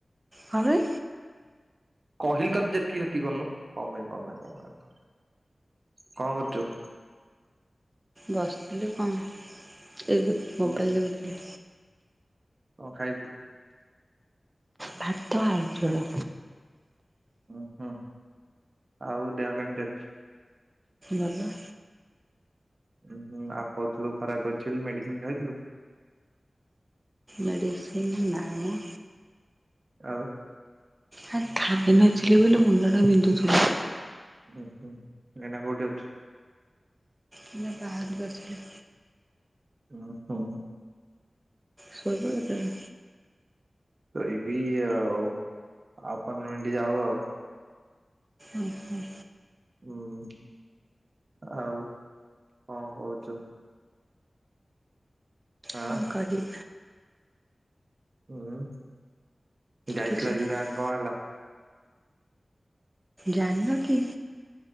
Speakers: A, on the right; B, on the right.
A: କଣ ପାଇ?
B: କହିଲି ତତେ ଯେତିକି ସେତିକି କରୁନୁ କଣ ପାଇଁ କଣ ପାଇଁ କଣପାଇଁ ତ କଣ କରୁଚୁ?
A: ବସିଥିଲି କଣ ଏ ଯୋଉ
B: କୋଉଠି
A: ମୋବାଇଲ ଦେଖୁ ଥିଲି।
B: କଣ ଖାଇ ଥିଲୁ?
A: ଭାତ ଆଳୁ ଝୋଳ।
B: ଉୁଁ ହୁଁ ଆଉ ଦେହ କେମିତି ଅଛି?
A: ଭଲ।
B: ଉଁ ହୁଁ ଆଉ କହୁଥିଲୁ ଖରାପ ଅଛି ବୋଲି ମେଡିସିନ ଖାଇଥିଲୁ?
A: ମେଡ଼ିସିନ୍ ନାମ।
B: ଆଉ।
A: ଆ ଖଇ ନଥିଲି ବୋଲି ମୁଣ୍ଡ ଟା ବିିନ୍ଧୁଥିଲା।
B: ଉୁଁ ହୁଁ ଏନା କୋଉଠି ଅଛୁ?
A: ମାନେ ବାହାରକୁ ଆସିଲି।
B: ଓହୋ
A: ଶୋଇବ କେତେବେଳେ
B: କରିବି ଆଉ ଆଉ ପନ୍ଦର ମିନିଟ ଯାଉ ଆଉ।
A: ଉଁ ହୁଁ
B: ହୁଁ ଆଉ କଣ କହୁଛ? ଆଁ
A: କଣ କହି
B: ଉଁ ଯାଇଥିଲ
A: କିଛି
B: ଆଜି
A: ନାହିଁ
B: ଗାଁକୁ କଣ ହେଲା?
A: ଜାଣିନ କି?